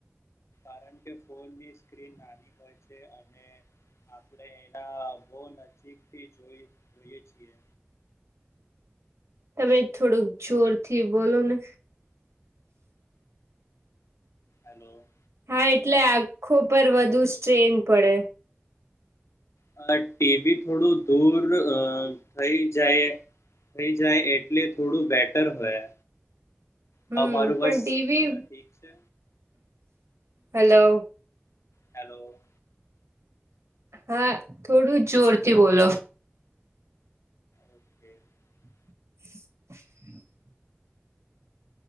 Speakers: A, on the left; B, on the right.
A: કાર કે ફોનની સ્ક્રીન નાની હોય છે, અને આપણે એના. બહ નજીક થી જોઈ જોઈએ છીએ.
B: તમે થોડુંક જોરથી બોલો ને.
A: હલો.
B: હા એટલે આંખો પર વધુ સ્ટ્રેન પડે.
A: <unintelligible> ટીવી થોડું દૂર <unintelligible> થઈ જાય. થઈ જાય એટલે થોડું બેટર હોય.
B: હમ
A: હવે મારું
B: પણ
A: બસ
B: ટીવી
A: અ, ઠીક છે
B: હલો.
A: હેલો.
B: હા થોડું જ જોરથી બોલો.
A: <inaudible>
B: <inaudible>